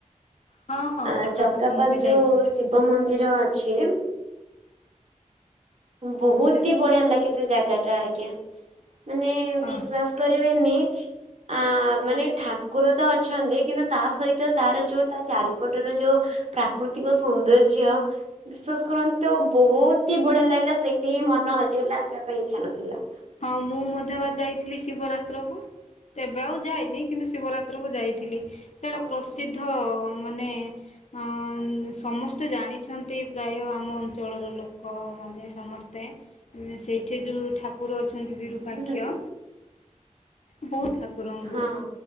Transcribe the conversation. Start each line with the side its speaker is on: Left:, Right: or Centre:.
Left: ହଁ ହଁ
Right: ଆଁ
Left: ଚକାପାଖି
Right: ଚକାପଜ
Left: ମୁଁ ବି
Right: ଯଉ
Left: ଯାଇଛି
Right: ଶିବ୍ ବ ମନ୍ଦିର ଅଛି।
Left: ଆଚ୍ଛା
Right: ବହୁତି ବଢିଆ ଲାଗେ ସେ ଜାଗା ଟା ଆଜ୍ଞା। ମାନେ
Left: ଅ
Right: ବିଶ୍ଵାସ କରିବେନି ଆ ମାନେ ଠାକୁର ତ ଅଛନ୍ତି କିନ୍ତୁ ତା ସହିତ ତାର ଯୋଉ ତା ଚାରିପଟର ଯୋଉ ପ୍ରାକୃତିକ ସୌନ୍ଦର୍ଯ୍ୟ ବିଶ୍ବାସ କରନ୍ତୁ ବହୁତି ବଢିଆ ଲାଗିଲା ସେଇଠି ହିଁ ମନ ହଜିଗଲା ଆସିବା ପାଇଁ ଇଚ୍ଛା ନଥିଲା।
Left: ହଁ ମୁଁ ମଧ୍ୟବା ଯାଇଥିଲି ଶିବରାତ୍ର କୁ। ଏବେ ଆଉ ଯାଇନି କିନ୍ତୁ ଶିବରାତ୍ର କୁ ଯାଇଥିଲି ସେଟା
Right: ଓହୋ
Left: ପ୍ରସିଦ୍ଧ ମାନେ ହଁ ସମସ୍ତେ ଜାଣିଛନ୍ତି ପ୍ରାୟ ଆମ ଅଞ୍ଚଳର ଲୋକମାନେ ସମସ୍ତେ ଉଁ ସେଇଠେ ଯଉ ଠାକୁର ଅଛନ୍ତି ବିରୁପାକ୍ଷ।
Right: ହୁଁ
Left: ବହୁତ୍ ଠାକୁରଙ୍କୁ।
Right: ହଁ।